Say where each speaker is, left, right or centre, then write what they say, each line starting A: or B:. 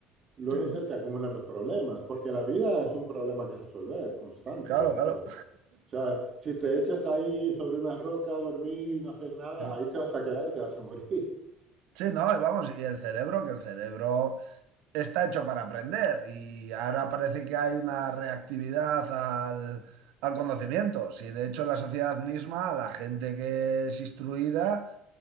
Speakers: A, on the right; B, on the right.
A: luego
B: sí, sí,
A: se te acumulan los problemas, porque la vida es un problema que resolver, constante,
B: claro,
A: yo creo.
B: claro.
A: O sea, si te echas ahí sobre una roca a dormir y no haces nada,
B: <laughs>
A: ahí te vas a quedar y te vas a morir.
B: Sí, no, y vamos, y el cerebro, que el cerebro está hecho para aprender y ahora parece que hay una reactividad al, al conocimiento. Si de hecho la sociedad misma, la gente que es instruida,